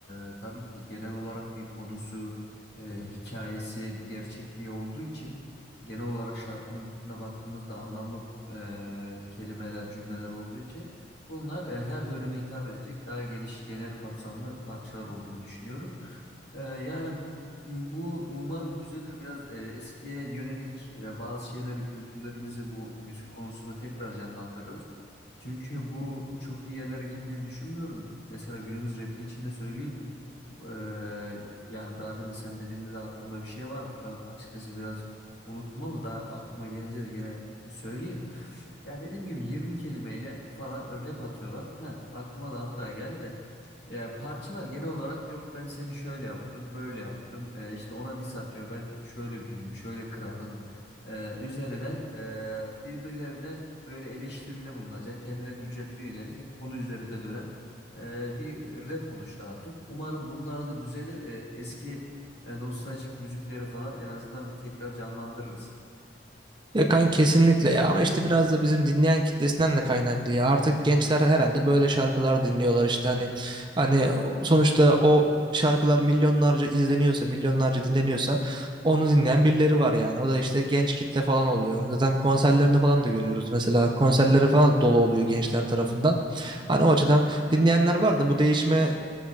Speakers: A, on the left (about 60°); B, on the right (about 25°).
A: e, tabii ki genel olarak bir konusu, e, hikayesi, bir gerçekliği olduğu için genel olarak şarkının bütününe baktığımızda anlamlı e, kelimeler, cümleler olduğu için bunlar e, her döneme hitap edecek daha geniş genel kapsamlı parçalar olduğunu düşünüyorum. Ee, yani bu umarım düzelir biraz e, eskiye yönelik e, bazı şeyleri kültürlerimizi bu müzik konusunda tekrar canlandırırız. Çünkü bu çok iyi yerlere gittiğini düşünmüyorum. Mesela günümüz rapi için de söyleyeyim. E, yani daha demin sen dediğinde de aklımda bir şey vardı. Şu an açıkçası biraz unuttum ama daha aklıma gelince de gene söyleyeyim. Ya dediğim gibi 20 kelimeyle falan rap atıyorlar. Heh, aklıma da hatta geldi. Ya parçalar genel olarak yok ben seni şöyle yaptım böyle yaptım e, işte ona diss atıyor ben şöyle büyüğüm şöyle kralım E, üzerine e, birbirlerine böyle eleştiride bulunacak kendilerini yüceltmeye yönelik hep konu üzerinde dönen e, bir rap oluştu artık. Umarım bunlar da düzelir E, eski e, nostaljik müzikleri falan en azından bir tekrar canlandırırız.
B: Ya kanka kesinlikle ya ama işte biraz da bizim dinleyen kitlesinden de kaynaklı ya. Artık gençler herhalde böyle şarkılar dinliyorlar işte hani hani sonuçta o şarkılar milyonlarca izleniyorsa, milyonlarca dinleniyorsa onu dinleyen birileri var yani. O da işte genç kitle falan oluyor. Zaten konserlerini falan da görüyoruz mesela. Konserleri falan dolu oluyor gençler tarafından. Hani o açıdan dinleyenler var da bu değişme